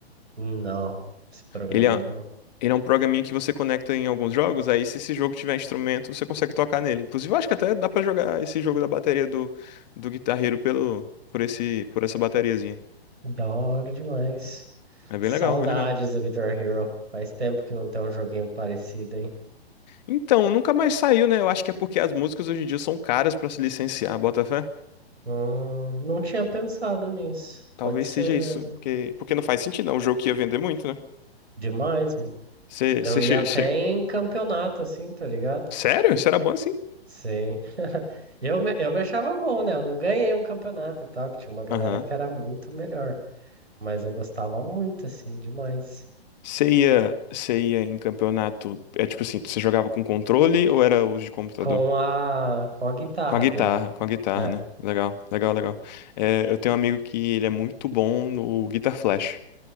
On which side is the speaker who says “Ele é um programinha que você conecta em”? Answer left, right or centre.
Left